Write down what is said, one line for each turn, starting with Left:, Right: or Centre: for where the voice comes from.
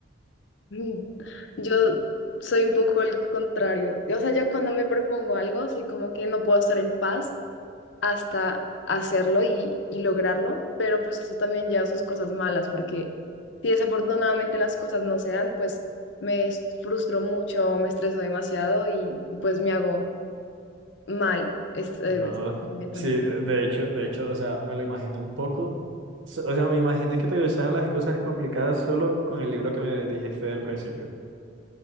Left: Mm, Yo soy un poco el contrario. O sea, yo cuando me propongo algo, sí como que no puedo estar en paz hasta hacerlo y, y lograrlo, pero pues eso también lleva sus cosas malas, porque si desafortunadamente las cosas no se dan, pues me frustro mucho, me estreso demasiado y, y pues me hago mal. Es, eh,
Right: No,
Left: es- me tan-
Right: sí, de hecho, de hecho, o sea, me lo imaginé un poco. S- O sea, me imaginé que te gustaban las cosas complicadas solo con el libro que me dijiste del principio.